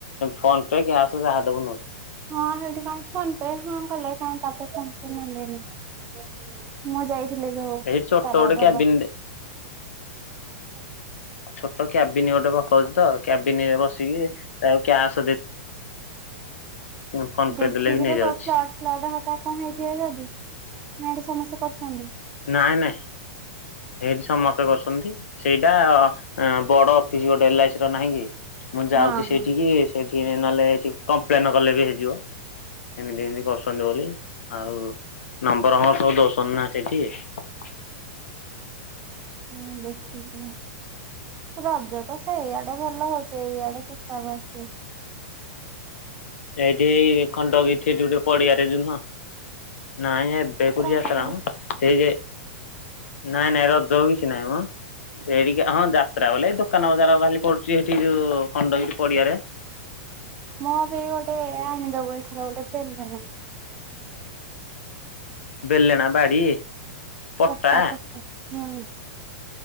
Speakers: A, on the left; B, on the right.
A: ଫୋନ ପେ କ୍ୟାସ ଯାହା ଦେବୁ ନଉ
B: ହଁ ହେଠି କାଇ ଫୋନ୍ ଏବେ ହଁ କଲେ କାଇ ତା ପରେ ଫୋନ୍ ପେ ନେଲେନି ତ ମୁଁ ଯାଇଥିଲି ଯୋଉ
A: ଏଇ ଛୋଟ
B: ତାର
A: ଗୋଟେ
B: ଦବା
A: କ୍ୟାବିନ
B: ପାଇଁ। ହଁ
A: ଛୋଟ କ୍ୟାବିନି ଗୋଟେ ପକଉଛି ତ କ୍ୟାବିନ ରେ ବସିକି ତାଉ କ୍ୟାସ ଫୋନ ପେ
B: ଦେଖିକିର
A: ଦେଲେ ବି ନେଇଯାଉଛି
B: ପୁ ଫ୍ଲ ଫ୍ଲଡ ହକା କଣ ହେଇଥିବା ଯଦି। ନା ଏଇଟା ସମସ୍ତେ କରୁସନ୍ତି।
A: ନାଇଁ ନାଇଁ ଏଇଠି ସମସ୍ତେ କରସନ୍ତି। ସେଇଟା ବଡ ଅଫିସ ଗୋଟେ ଏଲ ଆଇ ସି ର ନାହିଁ କି? ମୁଁ ଯାଉଛି
B: ହଁ
A: ସେଇଠିକ
B: ହଁ।
A: କି ସେଠି ଟିକ ନହେଲେ ଏଠିକି କମ୍ପ୍ଲେନ୍ କଲେ ବି ହେଇଯିବ ଏମିତି ଏମିତି କରୁଛନ୍ତି ବୋଲି। ହଉ। ନମ୍ବର ଫମ୍ୱର୍ ସବୁ ଦଉସନ୍ତି ନା ସେଠୀ <unintelligible>
B: ହଁ ଦେଖିକି ରଜ ତ ସେଇଆ ଏଟା ଭଲ ହଉଚି ଏଇଆଡେ ଚ ପାବାସୁ।
A: ଏଇଠି ଏଇ ଖଣ୍ଡଗୀ ଗୋଟେ ପଡିଆରେ ଯୋଉ ନୁହଁ। ନାଇ ଏବେ କୁ କୁଠି
B: ହେକା
A: ଯାତ୍ରା
B: ପଡୁଛି।
A: ମ ସେଇ ଯେ ନାଇଁ ନାଇଁ ରଜ କିଛି ନହିଁ ମ। ମୁଁ ସେଇଠିକି ହଁ ଯାତ୍ରା ବୋଲେ ଦୋକାନ ବଜାର ଖାଲି ପଡୁଛି ସେଠି ଯୋଉ ଖଣ୍ଡଗିରି ପଡିଆରେ
B: ମୁଁ ବି ଗୋଟେ ଆଣିଦବ ଏଇଥର ଗୋଟେ ବେଲ
A: ବେଲଣା ବାଡ଼ି ପଟ୍ଟା
B: ପଟା ପଟା ହୁଁ